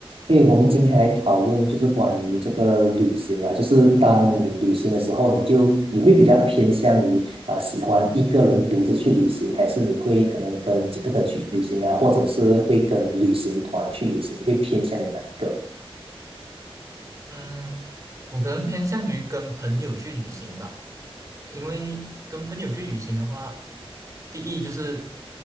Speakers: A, on the right; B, on the right.
A: 对，我们今天来讨论就是关于这个旅行啦，就是当你旅行的时候，你就你会比较偏向于啊、喜欢一个人独自去旅行，还是你会可能跟几个朋友去旅行啊，或者是会跟旅行团去旅行，你会偏向于哪一个？
B: 嗯，我可能偏向于跟朋友去旅行吧，因为跟朋友去旅行的话，第一就是